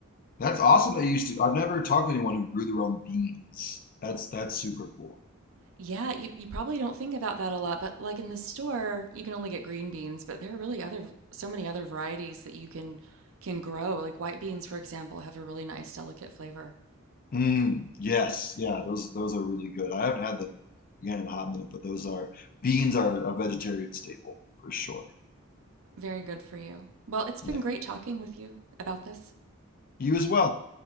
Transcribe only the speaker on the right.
Yeah, you, you probably don't think about that a lot, but like in the store, you can only get green beans, but there are really other so many other varieties that you can can grow. Like white beans, for example, have a really nice, delicate flavor.
Very good for you. Well, it's been
great talking with you about this.